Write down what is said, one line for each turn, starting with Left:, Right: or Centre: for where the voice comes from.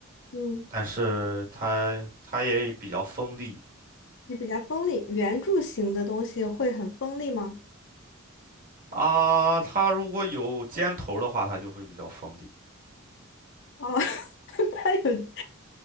Left: 嗯，
Right: 但是它它也比较锋利
Left: 也比较锋利，圆柱形的东西会很锋利吗？
Right: 啊。它如果有尖头的话，它就会比较锋利
Left: 哦，<laughs> 它有，